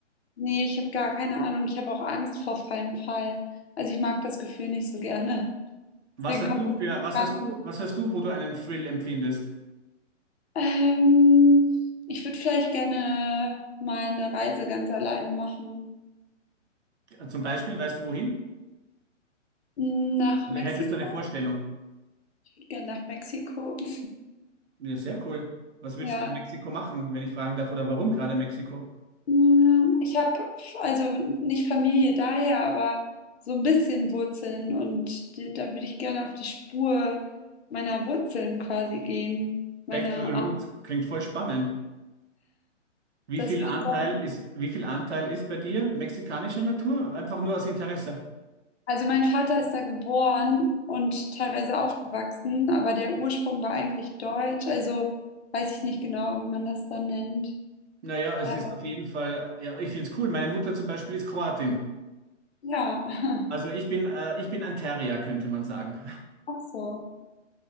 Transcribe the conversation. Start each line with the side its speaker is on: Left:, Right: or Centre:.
Left: Nee, ich habe gar keine Ahnung. Ich habe auch Angst vor freiem Fall. Also ich mag das Gefühl nicht so gerne.
Right: Was
Left: Deswegen
Right: hast
Left: kommt
Right: du
Left: das
Right: für,
Left: für mich
Right: was
Left: gar
Right: hast du,
Left: nicht.
Right: was hast du, wo du einen Thrill empfindest?
Left: Ähm, ich würde vielleicht gerne mal eine Reise ganz alleine machen.
Right: Zum Beispiel, weißt du wohin?
Left: Nach
Right: Oder
Left: Mexiko.
Right: hättest du eine Vorstellung?
Left: Ich würde gerne nach Mexiko. <laughs>
Right: Ja, sehr cool. Was würdest
Left: Ja,
Right: du in Mexiko machen, wenn ich fragen darf, oder warum gerade Mexiko?
Left: Mm, ich habe also nicht Familie daher, aber so ein bisschen Wurzeln und die, da würde ich gerne auf die Spur meiner Wurzeln quasi gehen. Meiner,
Right: Back to the roots.
Left: Art.
Right: Klingt voll spannend. Wie
Left: das
Right: viel
Left: würde
Right: Anteil
Left: ich gerne.
Right: ist, wie viel Anteil ist bei dir mexikanischer Natur? Einfach nur aus Interesse.
Left: Also mein Vater ist da geboren und teilweise aufgewachsen, aber der Ursprung war eigentlich deutsch, also weiß ich nicht genau, wie man das dann nennt.
Right: Naja, es
Left: Ähm,
Right: ist auf jeden Fall, ja, ich finde es cool. Meine Mutter zum Beispiel ist Kroatin.
Left: Ja, <laughs>
Right: Also ich bin, äh, ich bin ein Terrier, könnte man sagen.
Left: ach so.